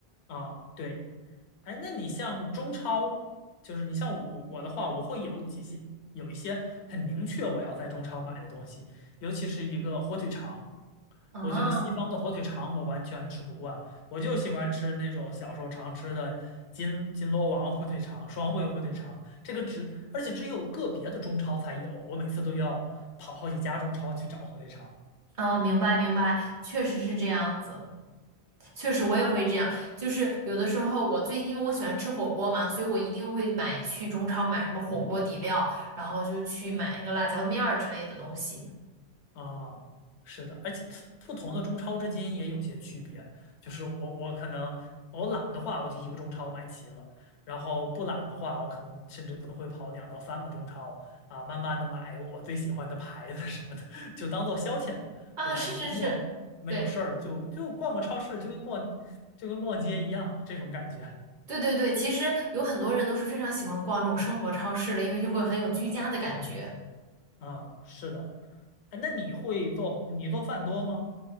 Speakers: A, on the left; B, on the right.
A: 啊。对，哎，那你像中超，就是你像我我的话，我会有几些有一些很明确我要在中超买的东西，尤其是一个火腿肠。
B: 嗯
A: 我觉得西方的火腿肠我完全吃不惯，我就喜欢吃那种小时候常吃的金金锣王火腿肠、双汇火腿肠。这个只而且只有个别的中超才有，我每次都要跑好几家中超去找火腿肠。
B: 嗯，明白明白，确实是这样子。确实我也会这样，就是有的时候我最因为我喜欢吃火锅嘛，所以我一定会买去中超买什么火锅底料，然后就去买那个辣椒面儿之类的东西。
A: 啊，是的，而且不同的中超之间也有些区别。就是我我可能我懒的话，我就一个中超买齐了；然后不懒的话，我可能甚至都会跑两到三个中超啊，慢慢的买我最喜欢的牌子什么的，<laughs> 就当做消遣了。
B: 啊，
A: 就反正周末没有事儿，
B: 是是是，对
A: 就就逛个超市，就跟逛就跟逛街一样这种感觉
B: 对对对，其实有很多人都是非常喜欢逛这种生活超市的，因为就会很有居家的感觉。
A: 啊。是的，哎，那你会做你做饭多吗？